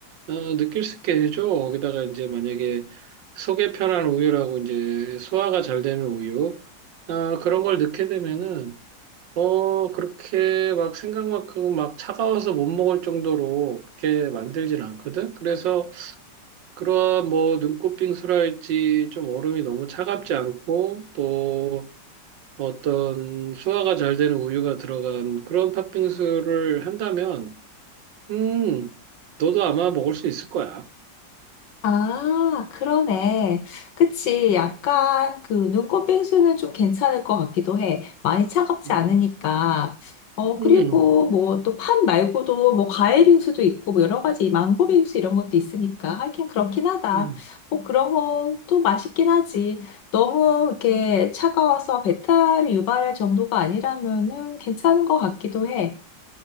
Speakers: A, on the right; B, on the left.
A: 어, 느낄 수 있게 해줘. 거기다가 이제 만약에 속이 편한 우유라고 이제 소화가 잘 되는 우유, 아, 그런 걸 넣게 되면은, 어, 그렇게 막 생각만큼 막 차가워서 못 먹을 정도로 그렇게 만들진 않거든? 그래서 그런 뭐 눈꽃 빙수랄지 좀 얼음이 너무 차갑지 않고 또 어떤 소화가 잘 되는 우유가 들어간 그런 팥빙수를 한다면, 음, 너도 아마 먹을 수 있을 거야.
B: 아, 그러네. 그치. 약간 그 눈꽃 빙수는 좀 괜찮을 것 같기도 해. 많이 차갑지
A: 음.
B: 않으니까. 어, 그리고
A: 음,
B: 뭐 또 팥 말고도 뭐 과일 빙수도 있고 뭐 여러 가지 망고 빙수 이런 것도 있으니까 하긴 그렇긴 하다.
A: 음,
B: 뭐 그런 건 또 맛있긴 하지. 너무 이렇게 차가워서 배탈을 유발할 정도가 아니라면은 괜찮은 것 같기도 해.